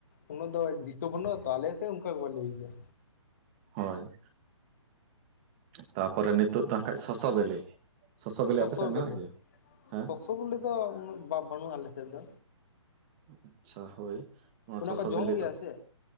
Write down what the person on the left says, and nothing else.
ᱩᱱᱟᱹᱜ ᱫᱚ ᱫᱤᱥᱚ ᱵᱟᱹᱱᱩᱜᱼᱟ ᱛᱚ ᱟᱞᱮᱥᱮᱫ ᱚᱱᱠᱟ ᱜᱮ ᱠᱚ ᱞᱟᱹᱭ ᱜᱮᱭᱟ᱾
ᱥᱚᱥᱚ
ᱵᱤᱞᱤ
ᱥᱚᱥᱚ ᱵᱤᱞᱤ ᱫᱚ ᱩᱱᱟᱹᱜ ᱵᱟᱹᱱᱩᱜᱼᱟ ᱟᱞᱮ ᱥᱮᱫ ᱫᱚ᱾
ᱚᱱᱟ
ᱠᱚ ᱡᱚᱢ
ᱜᱮᱭᱟ ᱥᱮ